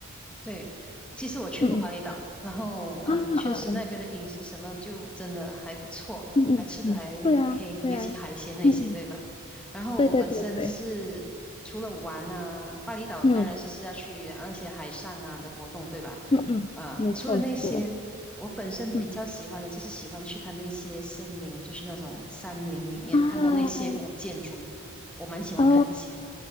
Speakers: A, in the centre; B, on the left.
A: 对，其实我去过巴厘岛，
B: 嗯嗯。
A: 然后呃，
B: 啊啊嗯
A: 确实那边的饮食什么就真的还不错，
B: 嗯嗯嗯，
A: 还吃的还
B: 对啊对啊，
A: OK，尤其海鲜那些，
B: 嗯嗯，
A: 对吧？然后我本身是除了玩啊，
B: 对对对对，
A: 巴厘岛当然是是要去啊那些海上啊的活动，
B: 嗯
A: 对吧？
B: 嗯嗯，
A: 啊、
B: 没错没错，
A: 除了那些，我本身比较喜欢的就是喜欢去它那些森林，
B: 嗯
A: 就是那种山林里面看它那些古建筑，
B: 啊
A: 我蛮喜欢看这些的
B: 哦，